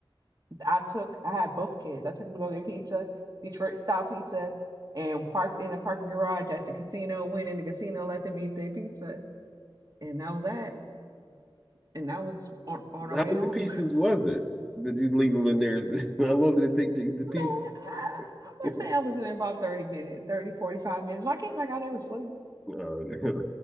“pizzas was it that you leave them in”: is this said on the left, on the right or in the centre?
Centre